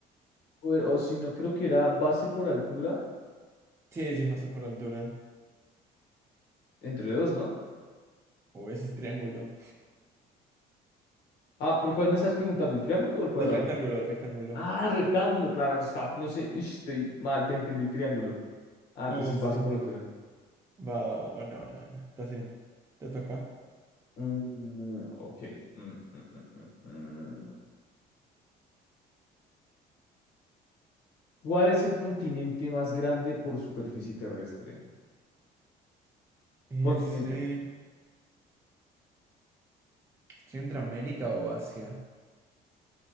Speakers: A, on the left (about 75°); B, on the right (about 15°).
A: O, o si no, creo que era base por altura
B: Sí, sí, es base por altura.
A: entre dos, ¿no?
B: O ese es triángulo.
A: Ah, pero ¿cuál me estás preguntando? ¿El triángulo o el cuadrado?
B: Del rectángulo del rectángulo.
A: Ah, el rectángulo, claro. Está, no sé, uy, estoy mal, te entendí triángulo. Ah,
B: Oh,
A: entonces
B: sí.
A: base por altura.
B: Va, va, va, buena, buena, buena. Estás bien. Te toca.
A: Mm, ok. Mm, mm, mm, mm, mm. ¿Cuál es el continente más grande por superficie terrestre?
B: Ese.
A: Continente.
B: ¿Estoy entre América o Asia?